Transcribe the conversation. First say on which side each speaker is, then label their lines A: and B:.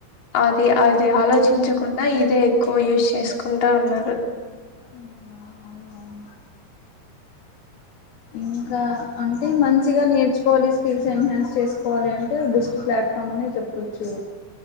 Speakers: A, on the left; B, on the left.
A: అది అ అది ఆలోచించకుండా ఇదే ఎక్కువ యూస్ చేసుకుంటా ఉన్నారు
B: అవునవును ఇంకా అంటే మంచిగా నేర్చు పోలీస్ స్కిల్స్ ఎన్హాన్స్ చేసు కోవాలి అంటే బెస్ట్ ప్లాట్ఫామ్ అని చెప్పొచ్చు